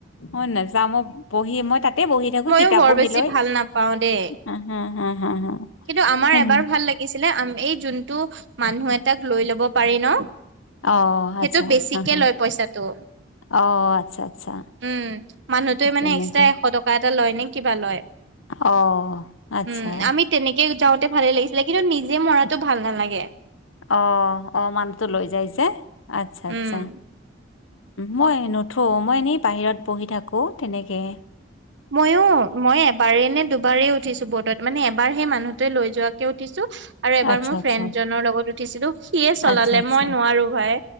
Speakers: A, on the left; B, on the right.
A: অ নাযাওঁ মই বহি মই তাতে বহি থাকো
B: ময়ো
A: কিতাপ
B: বৰ
A: বহি
B: বেছি
A: লৈ
B: ভাল নাপাওঁ দেই
A: হা হা হা হা হা
B: কিন্তু আমাৰ
A: উম।
B: এবাৰ ভাল লাগিছিলে আ এই যোনটো মানুহ এটাক লৈ লব পাৰি ন সেইটো
A: অ আচ্ছা
B: বেছিকে
A: হা হা
B: লয় পইচাটো
A: অ আচ্ছা আচ্ছা
B: উম মানুহটোৱে মানে
A: তেনেকে
B: এক্সট্ৰা এশ টকা এটা লয় নে কিবা লয়।
A: অ আচ্ছা
B: উম আমি তেনেকে যাওঁতে ভালে লাগিছিলে কিন্তু নিজে মৰাতো ভাল নালাগে।
A: অ অ মানুহতো লৈ যাইছে আচ্ছা আচ্ছা
B: উম
A: মই নুঠো মই এনেই বাহিৰত বহি থাকোঁ তেনেকৈ
B: ময়ো মই এবাৰেই নে দুবাৰেই উঠিছো ব্তত মানে এবাৰ সেই মানুহটোৱে লৈ যোৱা উঠিছো আৰু এবাৰ
A: আচ্ছা,
B: মোৰ
A: আচ্ছা,
B: ফ্ৰেণ্ডজনৰ লগত উঠিছিলো সিয়ে চলালে
A: আচ্ছা আচ্ছা
B: মই নোৱাৰো ভাই।